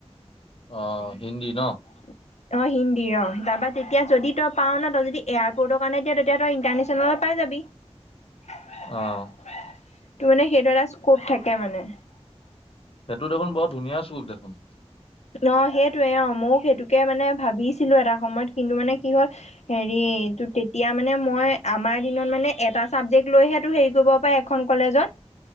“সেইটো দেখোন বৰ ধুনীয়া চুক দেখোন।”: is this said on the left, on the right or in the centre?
Left